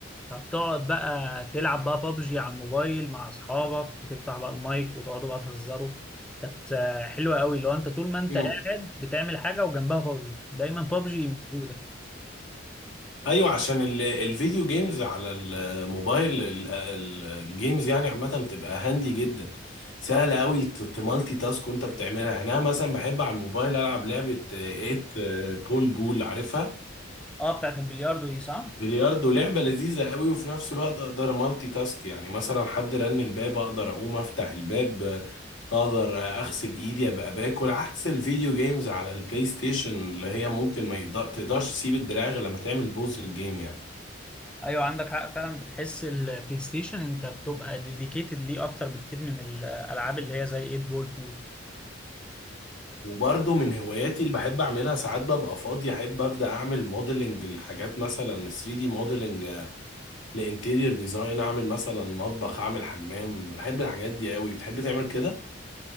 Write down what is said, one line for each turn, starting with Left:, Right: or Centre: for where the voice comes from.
Centre: فبتقعد بقى تلعب بقى بابجي على الموبايل مع اصحابك وتفتح بقى المايك وتقعدوا بقى تهزروا كانت آه، حلوة قوي لو انت طول ما انت
Left: مم.
Centre: قاعد بتعمل حاجة وجنبها بابجي دايما بابجي موجودة
Left: ايوه عشان ال- الفيديو جيمز على الموبايل ال- ال- الجيمز يعني عامه بتبقى هاندي جدا سهل قوي تمالتي تاسك وانت بتعملها يعني انا مثلا بحب على الموبايل العب لعبه 8 بول بول عارفها
Centre: اه بتاعت البلياردو دي صح؟
Left: بلياردو لعبه لذيذه قوي وفي نفس الوقت اقدر مالتي تاسك يعني مثلا حد رن الباب اقدر اقوم افتح الباب اقدر اغسل ايدي ابقى باكل عكس الفيديو جيمز على البلاي ستيشن اللي هي ممكن ما يقدر- تقدرش تسيب الدراع غير لما تعمل بوز للجيم يعني
Centre: ايوه عندك حق فعلا بتحس البلاي ستيشن انت بتبقى ديديكيتد ليه اكتر بكتير من الالعاب اللي هي زي 8 بول بول
Left: وبرضه من هواياتي اللي بحب اعملها ساعات ببقى فاضي احب ابدا اعمل موديلنج لحاجات مثلا 3 دي موديلنج لانتيرير ديزاين اعمل مثلا مطبخ اعمل حمام بحب الحاجات دي قوي بتحب تعمل كده